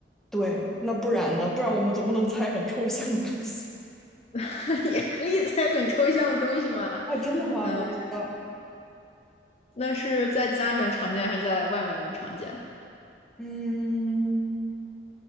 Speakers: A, in the centre; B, on the left.
A: 对，那不然呢？不然我们总不能猜很抽象的东西。
B: <laughs> 也可以在很抽象的东西吗？
A: <laughs> 啊？真的吗？
B: 嗯，
A: 我不知道。
B: 那是在家里面常见还是在外面更常见？
A: 嗯，